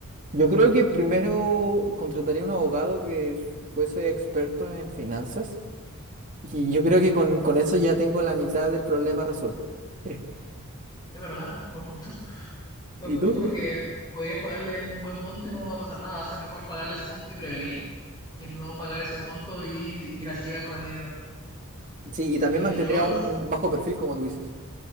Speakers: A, on the right; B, on the left.
A: yo creo que primero contrataría un abogado que fuese experto en finanzas Y yo creo que con, con eso ya tengo la mitad del problema resuelto. <laughs>
B: Es verdad, buen punto. <laughs> Buen
A: ¿Y
B: punto
A: tú?
B: porque podrías pagarle un buen monto y no va a pasar nada. Va a ser mejor pagarle ese monto y prevenir que no pagar ese monto y ir a ciegas con el dinero.
A: Sí,
B: Eh,
A: y también mantendría
B: yo no,
A: un un bajo perfil, como tú dices.